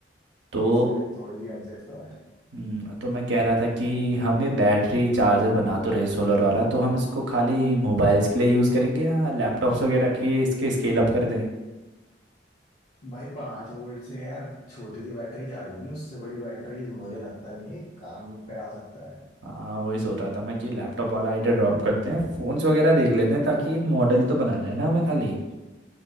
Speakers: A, on the right (about 90°); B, on the left (about 45°).
A: तो
B: इसलिए लाइक थोड़ी सी अनसेफ तो है
A: हम्म, तो मैं कह रहा था कि हम ये बैटरी चार्जर बना तो रहे सोलर वाला तो हम इसको खाली मोबाइल्स के लिए यूज़ करेंगे या लैपटॉप्स वगैरह के इसके स्केल अप कर दें
B: भाई पांच वोल्ट से यार छोटी सी बैटरी चार्ज होगी उससे बड़ी बैटरी मुझे लगता नहीं है, काम पे आ सकता है
A: हाँ वही सोच रहा था मैं कि लैपटॉप वाला आइडिया ड्रॉप करते हैं फ़ोन्स वगैरह देख लेते हैं ताकि एक मॉडल तो बनाना है ना हमें खाली